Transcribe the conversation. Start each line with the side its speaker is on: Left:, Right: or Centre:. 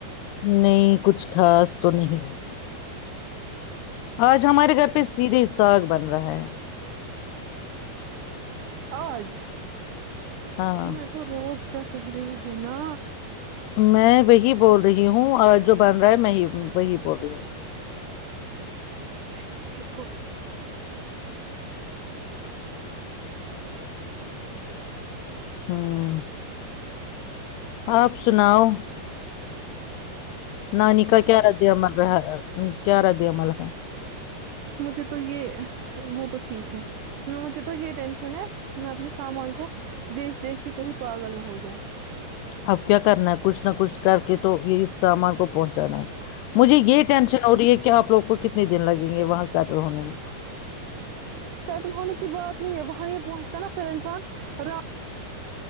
Left: نہیں کچھ خاص تو نہیں آج ہمارے گھر پہ سیدھے ساگ بن رہا ہے
Right: آج
Left: ہاں
Right: تو تو روز کا کہہ رہی ہوں نا
Left: میں وہی بول رہی ہوں اور جو بن رہا ہے میں وہی بول رہی ہوں
Right: ج کوئی نہیں <unintelligible>
Left: ہاں آپ سناؤ نانی کا کیا رد عمل رہا کیا رد عمل ہے
Right: مجھے تو یہ وہ تو ٹھیک ہے مجھے تو یہ ٹینشن ہے میں اپنے سامان کو دیکھ دیکھ کے کہیں پاگل نہ ہو جاؤں
Left: اب کیا کرنا ہے کچھ نہ کچھ کر کے تو یہ اس سامان کو پہنچانا ہے مجھے یہ ٹینشن ہو رہی ہے کہ آ لوگ کو کتنے دن لگیں گے وہاں سیٹل ہونے میں
Right: سیٹل ہونے کی بات نہیں ہے وہاں یہ پہنچتا نا پھر انسان ر